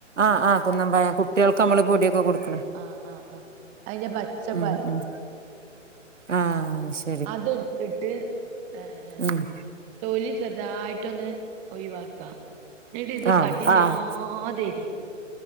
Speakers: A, on the right; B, on the right.
A: ആ ആ കുന്നം പയം കുട്ടിൾക്ക് മ്മള് പൊടിക്കെ കൊടുക്കണേ
B: ആഹ് ആഹ് അയ്ന്റെ പച്ച
A: ഉം
B: പയം
A: ഉം ആഹ് അയ് ശെരി
B: അത്ട് ത്തിട്ട് എ എ ഏ
A: ഉം
B: തൊലി ചെറുതായ്ട്ടൊന്ന് ഒഴിവാക്ക ന്നിട്ട് ത്
A: ആഹ്
B: കട്ടില്ലാ
A: ആഹ്
B: ല്ലാതെ എരിയ